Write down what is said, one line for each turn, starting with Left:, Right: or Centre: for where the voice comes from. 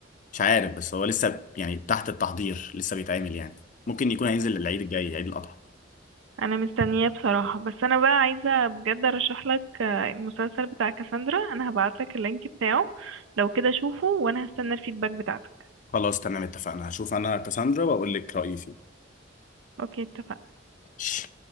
Left: مش عارف بس هو لسه يعني تحت التحضير لسه بيتعمل يعني ممكن يكون هينزل العيد الجاي عيد الأضحى
Right: انا مستنية بصراحة بس انا بقى عايزة بجد ارشح لك آه، المسلسل بتاع كاساندرا انا هبعت لك اللينك بتاعه لو كده شوفه وانا هستنى الفيدباك بتاعتك
Left: خلاص تمام اتفقنا هشوف انا كاساندرا واقول لك رأيي
Right: اوكي اتفقنا
Left: فيه